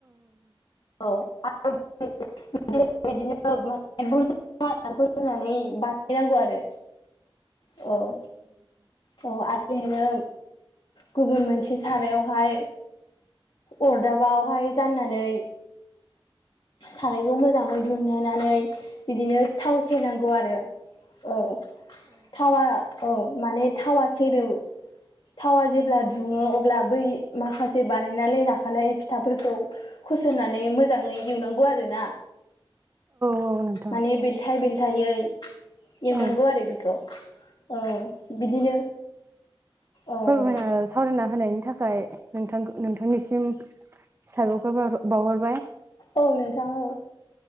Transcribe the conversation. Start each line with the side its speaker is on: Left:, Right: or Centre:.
Left: औ आरो बिदिनो माने बुरजा आदारखौ होनानै बानायनांगौ आरो औ औ आ रो बिदिनो गुबुन मोनसे सारायावहाय अरदाबावहाय जाननानै सारायखौ मोजाङै दिुनहोनानै बिदिनो थाव स नांगौ आरो औ थावआ औ माने थावा सेरोब थावा जेब्ला दुङो अब्ला बै माखासे बानायनानै लाखानाय फिथाफोरखौ होसननानै मोजाङै एवनांगौ आरो ना
Right: औ नोंथां
Left: माने बेलथाय बेल्थायै एवनांगौ
Right: औ
Left: आरो बेखौ औ बिदिनो औ
Right: फोरमायना
Left: औ
Right: मायना होनायनि थाखाय नोंथांख नोंथांनिसिम साबायखर बाव बावहर
Left: औ नोंथां औ